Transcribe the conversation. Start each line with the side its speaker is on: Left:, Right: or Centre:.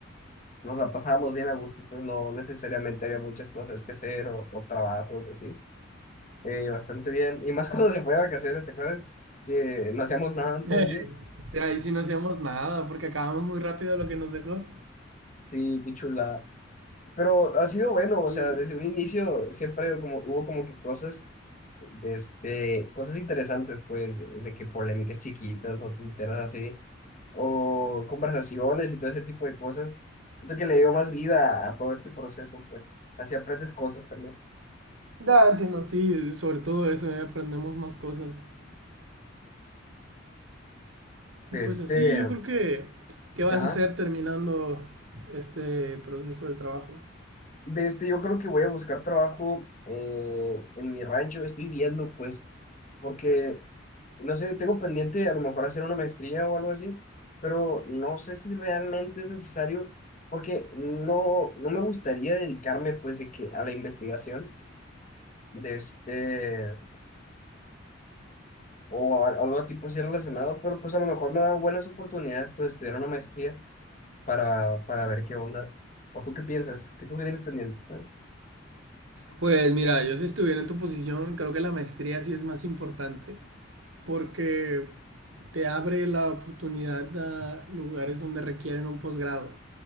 Left: nos la pasábamos bien a gusto, pues no necesariamente había muchas cosas que hacer o, o trabajos así. Eh, bastante bien. Y más <laughs> cuando se fue de vacaciones, ¿te acuerdas? Que no hacíamos nada en
Right: Eh,
Left: todo el día.
Right: sí, ahí sí no hacíamos nada, porque acabamos muy rápido lo que nos dejó.
Left: Sí, qué chula Pero ha sido bueno, o
Right: Uy.
Left: sea, desde un inicio siempre como, hubo como que cosas, este, cosas interesantes, pues, de que polémicas chiquitas o tonteras así, o conversaciones y todo ese tipo de cosas. Siento que le dio más vida a todo este proceso, pues, así aprendes cosas también.
Right: Ya entiendo, sí, sobre todo eso, eh, aprendemos más cosas.
Left: De
Right: Y pues
Left: Este,
Right: así, yo creo que, ¿qué vas
Left: ajá.
Right: a hacer terminando este proceso del trabajo?
Left: De este, yo creo que voy a buscar trabajo eh, en mi rancho. Estoy viendo, pues, porque, no sé, tengo pendiente a lo mejor hacer una maestría o algo así, pero no sé si realmente es necesario, porque no, no me gustaría dedicarme, pues, de que a la investigación de este, o a- algo tipo así relacionado, pero pues a lo mejor me dan buenas oportunidades, pues, estudiar una maestría para, para ver qué onda. ¿O tú qué piensas? ¿Qué tú qué tienes pendiente? ¿Sabes?
Right: Pues mira, yo si estuviera en tu posición, creo que la maestría sí es más importante porque te abre la oportunidad a lugares donde requieren un posgrado.